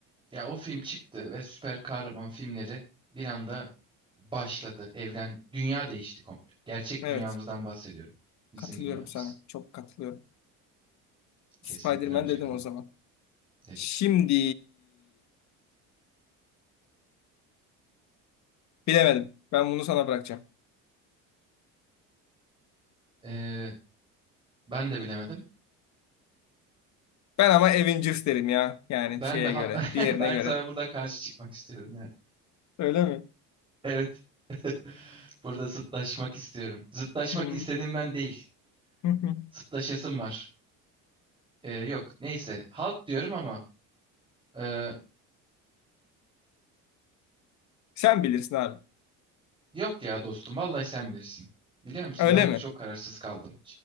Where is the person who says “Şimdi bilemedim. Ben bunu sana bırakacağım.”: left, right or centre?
Left